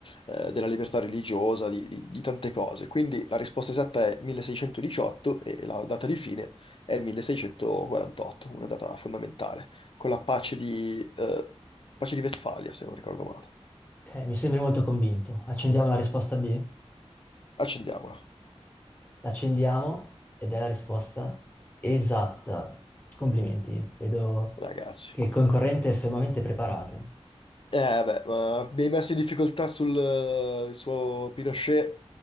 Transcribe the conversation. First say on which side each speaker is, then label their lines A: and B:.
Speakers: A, on the left; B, on the left.
A: eh, della libertà religiosa, di, di- di tante cose. Quindi la risposta esatta è 1618 e la data di fine è il 1648, una data fondamentale, con la pace di, eh, pace di Vestfalia, se non ricordo male.
B: Ok, mi sembri molto convinto. Accendiamo la risposta B?
A: Accendiamola,
B: L'accendiamo ed è la risposta esatta. Complimenti, vedo
A: ragazzi.
B: che il concorrente è estremamente preparato.
A: Eh, beh, ma mi hai messo in difficoltà sul eh, il suo Pinochet,